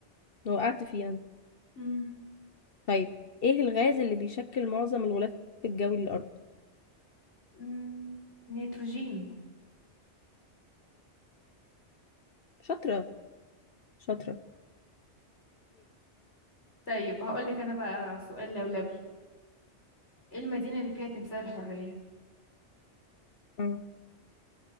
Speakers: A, on the left (about 55°); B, on the left (about 80°).
A: وقعت فيه أنا
B: مم.
A: طيب ايه الغاز اللي بيشكل معظم الغلاف الجوي للأرض؟
B: مم. نيتروجين
A: شاطرة شاطرة
B: طيب هقولك أنا بقى سؤال لولبي إيه المدينة اللي فيها تمثال الحرية؟
A: مم.